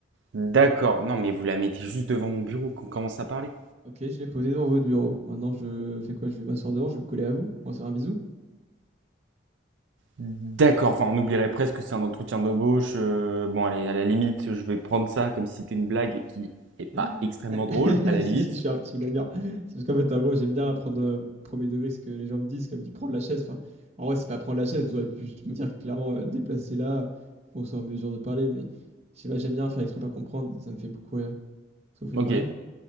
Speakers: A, on the right; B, on the right.
A: D'accord. Non, mais vous la mettez juste devant mon bureau, qu'on commence à parler.
B: Ok, je l'ai posée devant votre bureau. Maintenant, je fais quoi? Je vais m'asseoir devant, je vais me coller à vous. On va se faire un bisou.
A: D'accord. Enfin, on oublierait presque que c'est un entretien d'embauche. euh, bon, allez, à la limite, je vais prendre ça comme si c'était une blague qui est pas
B: <laughs>
A: extrêmement drôle, à la
B: Si,
A: limite.
B: si, je suis un petit blagueur. C'est parce qu'en fait, en gros, j'aime bien prendre euh, premier degré ce que les gens me disent, comme tu prendre la chaise. Enfin, en vrai, c'est pas prendre la chaise, vous auriez pu juste me dire clairement euh, déplacer là, qu'on soit en mesure de parler, mais je sais pas, j'aime bien faire exprès de pas comprendre, ça me fait beaucoup rire. Ça vous fait
A: Ok.
B: pas rire?